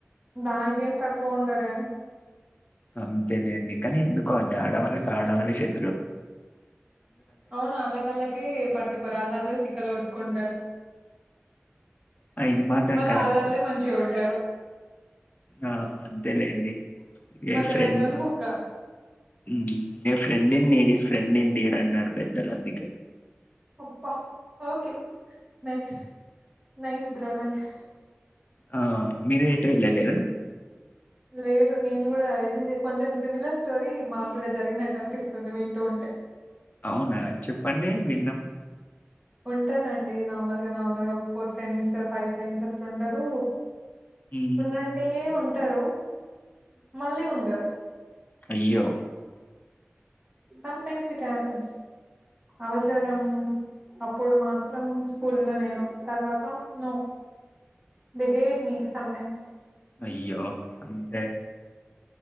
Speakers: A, on the right; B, on the left.
A: దానికి ఏం తక్కువ ఉండదు కనీ.
B: అంత తెలిండి కానీ ఎందుకో అండి ఆడవాళ్ళకి ఆడవాళ్ళె శత్
A: అవును అళ్లకాళ్ళకె పట్టుకోరా అదర్లు శికలు కొట్టుకుంటారు.
B: ఇది మాత్రం
A: మళ్ళీ
B: కరెక్ట్
A: ఆళ్ళాళ్ళే మంచిగా ఉంటారు
B: ఆ అంత్ ంతెలేండి మీర్
A: మధ్యలో
B: ఫ్రెండ్
A: పోయినోళ్ళు బుగ్గ
B: హ్మ్ మీ ఫ్రెండిని మీ ఫ్రెండ్ ఇండిడ్ అన్నారు పెద్దలు అందుకే.
A: అబ్బ okay nice nice bro nice
B: ఆ మీరు ఎటు వెళ్ళలేద
A: లేదు నేను కూడా ఇది కొంచెం సిమిలర్ స్టోరీ మాకు కూడా జరిగినట్టు అనిపిస్తుంది వింటూ ఉంటే అ
B: అవునా చెప్పండి విందాం
A: ఉంటారండి నార్మల్గా నార్మల్ గా ఒక ఫోర్ ఫ్రెండ్స్ ఫైవ్ ఫ్రెండ్స్ అట్ల ఉంటారు
B: ఉమ్
A: ఉన్నట్టే ఉంటారు మళ్ళీ ఉండరు.
B: అయ్యో
A: సమ్ టైమ్స్ ఇట్ హేపెన్స్ అవసరం అప్పుడు మాత్రం ఫుల్లు నేను తర్వాత నో బిహేవ్ మీ సమ్టైమ్స్
B: అయ్యో అంతే